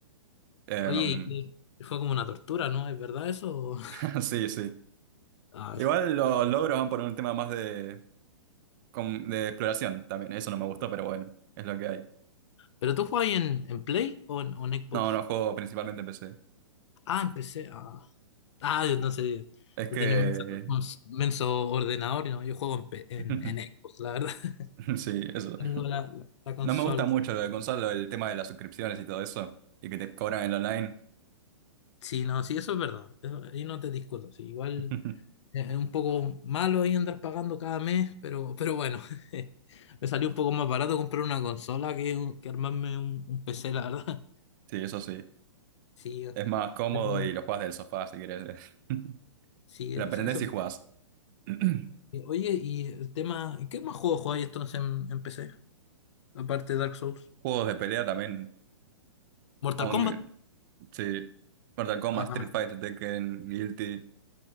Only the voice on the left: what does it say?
Oye, y qué- fue como una tortura, ¿no? ¿Es verdad eso? <laughs>
Ah,
¿Pero tú jugabas en, en Play o en, o en
Xbox?
Ah, empecé Ah, ah yo no sé.
Tú
tenías menso, cons- menso ordenador, ¿no? Yo juego en, P- en,
en Xbox, la verdad.
<laughs>
Tengo la, la, consola.
Sí, no, sí, eso es verdad. Eso, ahí no te discuto. Sí, igual
es es un poco malo ahí andar pagando cada mes, pero, pero bueno, <laughs> me salió un poco más barato comprar una consola que, un- que armarme un, un PC, la verdad. <laughs>
Sí,
pero,
sí,
eh,
sí, eso.
Eh, Oye, y el tema, ¿qué más juegos jugáis entonces en, en PC? Aparte de Dark Souls.
Mortal
Kombat.
Ah,